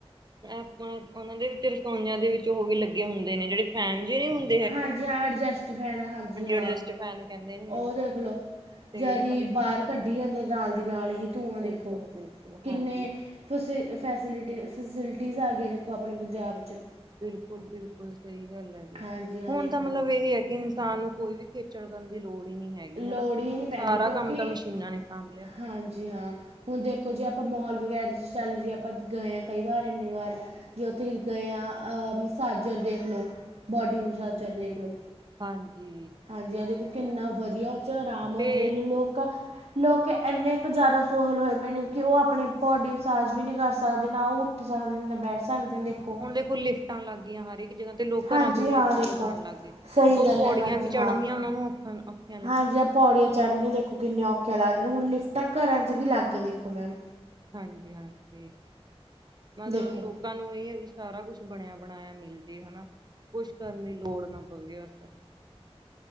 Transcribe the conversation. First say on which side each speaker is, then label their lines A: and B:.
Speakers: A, on the right (about 40°); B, on the right (about 70°).
A: <unintelligible> ਔਨਾ ਦੇ ਵਿੱਚ ਰਸੋਨੀਆਂ ਦੇ ਵਿੱਚ ਔ ਵੀ ਲੱਗੇ ਹੋਂਦੇ ਨੇ ਜੇੜੇ ਫੈਨ ਜੇ ਹੁੰਦ
B: ਹਾਂਜੀ ਹਾਂ ਅਡਜਸਟ ਫੈਨ ਹਾਂਜੀ ਹਾਂ
A: ਅਡਜਸਟ ਫੈਨ ਕਹਿੰਦੇ ਨੇ ਜਿਹਨੂੰ
B: ਔਹ ਦੇਖ ਲੋ-
A: ਤੇ
B: ਜਦੀ
A: ਮਤਲਬ
B: ਬਾਰ ਕੱਢੀ ਜਾਂਦੇ ਨਾਲ ਦੀ ਨਾਲ ਹੀ ਧੂੰਆਂ ਦੇਖੋ
A: ਬਿਲਕੁਲ ਬਿਲਕੁਲ
B: ਕਿੰਨੇ
A: ਹਾਂਜੀ
B: ਫਿਸ ਅ ਫੈਸਿਲਿਟੀ ਫੈਸਿਲਿਟੀਜ਼ ਹੈ ਗੀ ਆ ਦੇਖੋ ਅਪਣੇ ਪੰਜਾਬ 'ਚ
A: ਬਿਲਕੁਲ- ਬਿਲਕੁਲ ਸ ਈ ਗੱਲ ਐ ਜੀ
B: ਹਾਂਜੀ ਹਾਂ
A: ਹੁਣ
B: ਦੇਖੋ
A: ਤਾਂ ਮਤਲਬ ਏਹੀ ਹੈ ਕਿ ਇਨਸਾਨ ਨੂੰ ਕੋਈ ਵੀ ਖੇਚਲ ਕਰਨ ਦੀ ਲੋੜ ਈ ਨੀ ਹੈਗੀ
B: ਲੋੜ
A: ਹਨਾ
B: ਹੀ ਨਹੀਂ ਪੈਂਦੀ
A: ਸਾਰਾ
B: ਕਿਉਂਕਿ
A: ਕੰਮ ਤਾਂ ਮਸ਼ੀਨਾਂ ਨੇ ਸਾਂਭ ਲਿਆ।
B: ਹਾਂਜੀ ਹਾਂ, ਹੁਣ ਦੇਖੋ ਜੇ ਆਪਾਂ ਮੋਲ ਵਗੈਰਾ ਚ ਚੱਲ ਜੇ ਆਪਾਂ ਗਏ ਹਾਂ ਕਈ ਵਾਰ ਇੰਨੀ ਵਾਰ ਜੇ ਔਥੇ ਗਏ ਆ ਅਹ ਮਸਾਜਰ ਦੇਖ ਲੋ ਬੋਡੀ ਮਸਾਜਰ ਦੇਖ ਲੋ।
A: ਹਾਂਜੀ।
B: ਹਾਂਜੀ ਆ ਦੇਖੋ ਕਿੰਨਾ ਵਧੀਆ ਔ ਚ ਆਰਾਮ ਔਂਦਾਂ
A: ਤੇ
B: ਦੇਖ ਲੌ ਲੋਕ ਲੋਕ ਏਨੇ ਕੁ ਜਾਦਾ ਸੋਹਲ ਹੋਏ ਪਏ ਨੇ ਕਿ ਔ ਅਪਣੇ ਬੋਡੀ ਮਸਾਜ ਵੀ ਨੀ ਕਰ ਸਕਦੇ ਨਾ ਔਹ ਤੇ ਸਾਰਾ ਦਿਨ ਨਾ ਬੈਠ ਸਕਦੇ ਦੇਖੋ
A: ਹੁਣ ਦੇਖੋ ਲਿਫਟਾਂ ਲੱਗ ਗਿਯਾਂ ਹਰ ਇ ਕ ਈ ਜਗ੍ਹਾ ਤੇ ਲੋਕ
B: ਹਾਂਜੀ
A: ਘਰਾਂ ਚ ਵੀ
B: ਹਾਂ
A: ਲਿਫਟਾਂ
B: ਦੇਖੋ
A: ਲਗਾਨ ਲੱਗ ਗੇ
B: ਸਹੀ
A: ਦੋ
B: ਗੱਲ
A: ਪੌੜੀਆਂ
B: ਹੈ ਹਾਂਜੀ
A: ਵੀ ਚੜ੍ਹਨੀਯਾਂ
B: ਹਾਂ
A: ਔਨਾ ਨੂੰ ਅਪਅ
B: ਹਾਂਜੀ ਆਪ ਪੌੜੀਆਂ ਚੜ੍ਹਨਿਯਾਂ ਦੇਖੋ ਕਿੰਨੀਆਂ ਔਖੀਆਂ ਲੱਗਦੇ ਨੇ ਹੁਣ ਲਿਫਟਾਂ ਘਰਾਂ 'ਚ ਵੀ ਲੱਗ ਗੇ ਦੇਖੋ ਮੈਮ
A: ਹਾਂਜੀ -ਹਾਂਜੀ ਮਤਲਬ
B: ਦੇਖੋ
A: ਲੋਕ ਸਾ ਨੂੰ ਵੀ ਸਾਰਾ ਕੁਛ ਬਣਿਆ ਬਣਾਇਆ ਮਿਲ ਜੇ ਹਨਾ ਕੁਛ ਕਰਨ ਦੀ ਲੋੜ ਨਾ ਪਵੇ ਬਸ